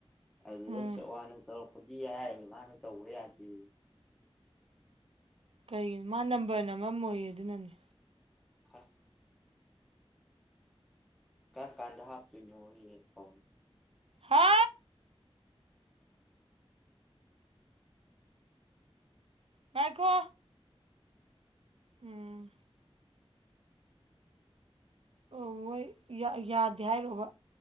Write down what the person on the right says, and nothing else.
ꯎꯝ
ꯀꯩꯒꯤꯅꯣ ꯃꯥ ꯅꯝꯕꯔ ꯅꯝꯃꯝꯃꯣꯏꯌꯦ ꯑꯗꯨꯅꯅꯦ
ꯍꯥ ꯉꯥꯏꯈꯣ ꯎꯝ ꯑꯣ ꯃꯣꯏ ꯌꯥꯗꯦ ꯍꯥꯏꯔꯣ ꯍꯥꯏꯕ